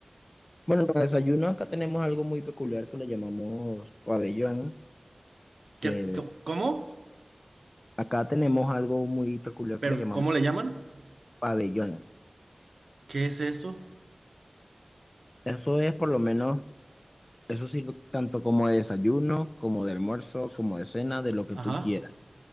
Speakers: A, on the left; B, on the right.
A: Bueno, para desayuno acá tenemos algo muy peculiar que le llamamos pabellón, que
B: ¿Qué- co- ¿Cómo?
A: acá tenemos algo muy peculiar
B: ¿Pero
A: que le llamamos
B: cómo le llaman?
A: pabellón.
B: ¿Qué es eso?
A: Eso es por lo menos, eso sirve tanto como de desayuno, como de almuerzo, como de cena, de lo que
B: Ajá.
A: tú quieras.